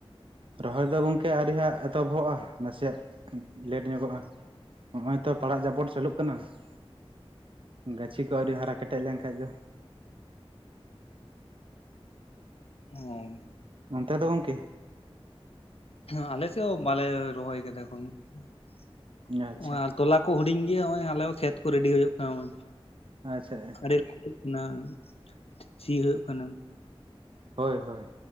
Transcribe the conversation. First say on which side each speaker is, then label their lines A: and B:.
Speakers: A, on the right; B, on the left.
A: ᱨᱚᱦᱚᱭ ᱫᱚ ᱜᱚᱢᱠᱮ ᱟᱹᱣᱨᱤ ᱦᱟᱸᱜ ᱮᱛᱚᱦᱚᱵᱚᱜ-ᱟ ᱱᱟᱥᱮᱭᱟᱜ ᱞᱮᱴ ᱧᱚᱜᱚᱜ-ᱟ᱾ ᱱᱚᱜ-ᱚᱭ ᱛᱚ ᱯᱟᱲᱟᱜ ᱡᱟᱵᱚᱴ ᱪᱟᱹᱞᱩᱜ ᱠᱟᱱᱟ <inaudible> ᱜᱟᱹᱪᱷᱤ ᱠᱚ ᱟᱹᱣᱨᱤ ᱦᱟᱨᱟ ᱠᱮᱴᱮᱡ ᱞᱮᱱᱠᱷᱟᱡ ᱫᱚ᱾
B: <unintelligible>
A: ᱚᱱᱛᱮ ᱫᱚ ᱜᱚᱢᱠᱮ?
B: ᱦᱚᱸ ᱟᱞᱮ ᱥᱮᱫ ᱦᱚᱸ ᱵᱟᱞᱮ ᱨᱚᱦᱚᱭ ᱠᱟᱫᱟ ᱮᱠᱷᱚᱱ <inaudible>
A: ᱟᱪᱪᱷᱟ
B: ᱱᱚᱜ-ᱚᱭ ᱛᱚᱞᱟ ᱠᱚ ᱦᱩᱰᱤᱧ ᱜᱮᱭᱟ ᱱᱚᱜ-ᱚᱭ ᱟᱞᱮ ᱦᱚᱸ ᱠᱷᱮᱛ ᱠᱚ ᱨᱮᱰᱤ ᱦᱩᱭᱩᱜ ᱠᱟᱱᱟ ᱦᱚᱜ-ᱚᱭ
A: ᱟᱪᱪᱷᱟ
B: <inaudible> ᱟᱹᱰᱤ ᱚᱱᱟ <inaudible> ᱪᱷᱤ ᱦᱩᱭᱩᱜ ᱠᱟᱱᱟ᱾
A: ᱦᱳᱭ ᱦᱳᱭ